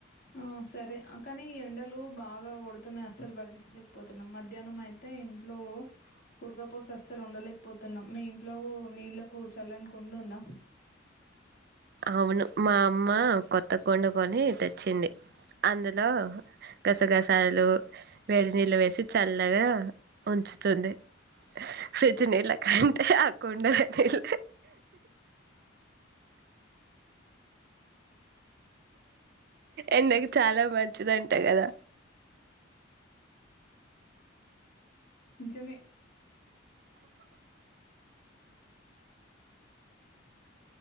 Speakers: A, on the left; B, on the right.
A: ఆ సరే కానీ ఎండలు బాగా కొడుతున్నాయి అస్సలు భరించలేకపోతున్నాం మధ్యాహ్నం అయితే అయితే ఇంట్లో ఉడకపోస్తే అసలు ఉండలేకపోతున్నాం మీ ఇంట్లో నీళ్లకు చల్లని కుండుంద
B: అవును మా అమ్మ కొత్త కుండకొని తెచ్చింది అందులో గసగసాలు వేడి నీళ్ళు వేసి చల్లగా ఉంచుతుంది ఫ్రిడ్జ్ నీళ్ళకంటే ఆ కుండల నీళ్లు ఎండకి చాలా మంచిదంట కదా
A: నిజమే